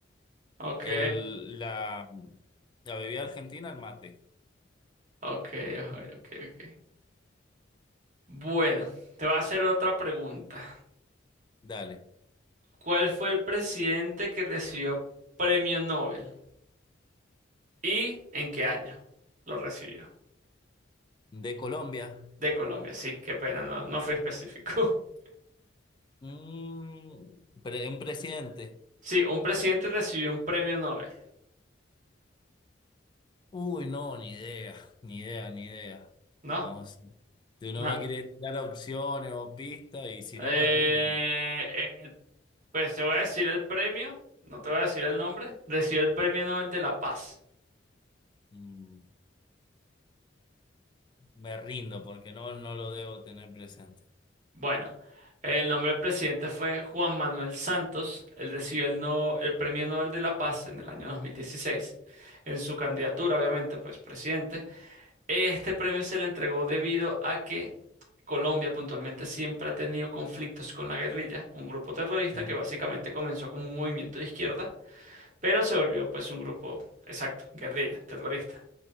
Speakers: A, on the right; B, on the left.
A: Ok,
B: el, la, la bebida argentina, el mate.
A: ok, ok, ok, ok. Bueno, te voy a hacer otra pregunta.
B: Dale.
A: ¿Cuál fue el presidente que recibió premio Nobel? ¿Y en qué año lo recibió?
B: De Colombia.
A: De Colombia, sí, qué pena, no, no fui específico. <laughs>
B: mm, pre- un presidente.
A: Sí, un presidente recibió un premio Nobel,
B: Uy, no, ni idea, ni idea, ni idea.
A: ¿no?
B: Vamos. Tú no
A: No.
B: me quieres dar opciones o pistas, y si
A: Eh,
B: no, me rindo.
A: eh, pues te voy a decir el premio, no te voy a decir el nombre, recibió el premio Nobel de la Paz.
B: Mm, me rindo porque no, no lo debo tener presente.
A: Bueno, el nombre del presidente fue Juan Manuel Santos, él recibió el, no, el premio Nobel de la Paz en el año 2016, en su candidatura, obviamente, pues presidente. Este premio se le entregó debido a que Colombia puntualmente siempre ha tenido conflictos con la guerrilla, un grupo terrorista
B: Sí.
A: que básicamente comenzó como un movimiento de izquierda, pero se volvió pues un grupo, exacto, guerrilla, terrorista.